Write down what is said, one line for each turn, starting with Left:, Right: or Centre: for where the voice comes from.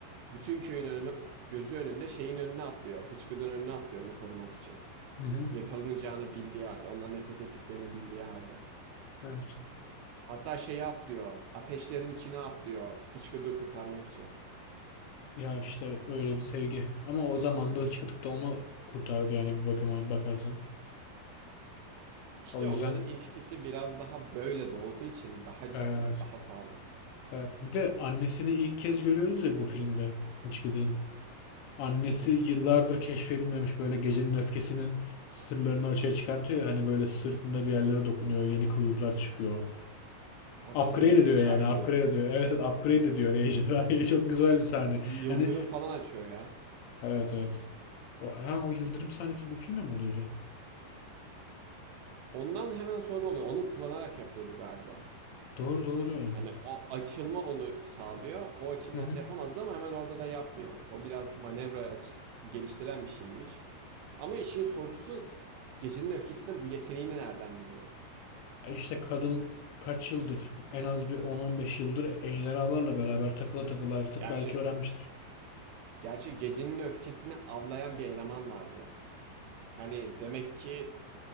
Right: Bütün köyün önü, gözü önünde şeyin önüne atlıyor. Hıçkıdın önüne atlıyor onu korumak için.
Left: Hı hı.
Right: Yakalanacağını bildiği halde. Ondan nefret ettiklerini bildiği halde.
Left: Evet.
Right: Hatta şeyi atlıyor. Ateşlerin içine atlıyor. Hıçkıdığı kurtarmak için.
Left: Ya işte öyle bir sevgi. Ama o zaman da çıkıp da onu kurtardı yani bir bakıma bakarsan.
Right: İşte
Left: O yüzden
Right: onların ilişkisi biraz daha böyle doğduğu için daha
Left: evet.
Right: ciddi, daha sağlam.
Left: Evet. Bir de annesini ilk kez görüyoruz ya bu filmde. Hıçkıdık'ın. Annesi
Right: Hı hı.
Left: yıllardır keşfedilmemiş böyle gecenin öfkesinin sırlarını açığa çıkartıyor ya hani böyle sırtında bir yerlere dokunuyor yeni kuyruklar çıkıyor.
Right: Hatırladım
Left: Upgrade
Right: böyle
Left: ediyor
Right: ikiye
Left: yani
Right: ayrılıyor.
Left: upgrade ediyor. Evet evet upgrade ediyor hani ejderhayı <laughs> çok güzel bir sahne.
Right: Bir yıldırım
Left: Hani
Right: falan açıyor ya.
Left: evet evet. O, ha, o yıldırım sahnesi bu filmde mi oluyordu?
Right: Ondan hemen sonra oluyor. Onu kullanarak yapıyordu galiba.
Left: Doğru doğru.
Right: Hani o açılma onu sağlıyor. O açılması
Left: Hı hı.
Right: yapamazdı ama hemen orada da yapmıyor. O biraz manevra aç- geliştiren bir şeymiş. Ama işin sorusu Gecenin Öfkesi'nin bu yeteneğini nereden biliyor?
Left: E İşte kadın kaç yıldır en az bir 10-15 yıldır ejderhalarla beraber takıla takıla artık
Right: Gerçi
Left: belki öğrenmiştir.
Right: gerçi Gecenin Öfkesi'ni avlayan bir eleman vardı. Hani demek ki